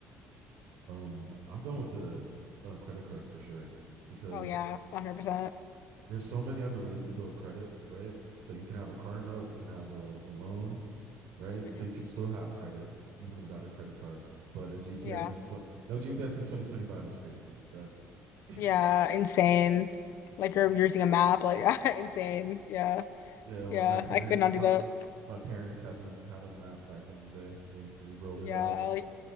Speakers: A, on the right; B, on the left.
A: Um, I'm going with the uh, credit card for sure because
B: Oh yeah, 100%.
A: there's so many other ways to build credit, right? So you can have a car note, you can have a, a loan, right?
B: hmm
A: So you can still have credit even without a credit card. But a GPS
B: Yeah.
A: in tw- no GPS in 2025 is crazy. That's <laughs>
B: Yeah, insane. Like you're using a map, like <laughs> insane. Yeah.
A: yeah. Like
B: Yeah,
A: my parent,
B: I could not
A: my
B: do that.
A: my parents had them had a map back in the day. They they wrote it
B: Yeah,
A: out.